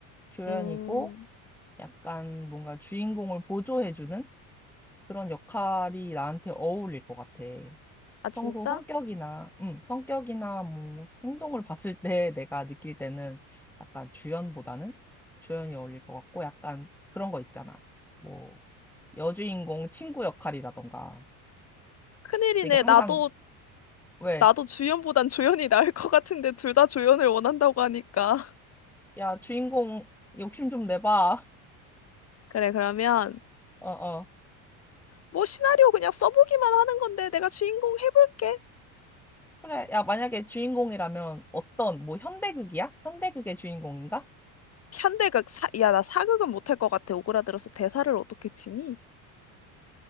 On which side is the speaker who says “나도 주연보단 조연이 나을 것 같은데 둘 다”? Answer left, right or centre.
Left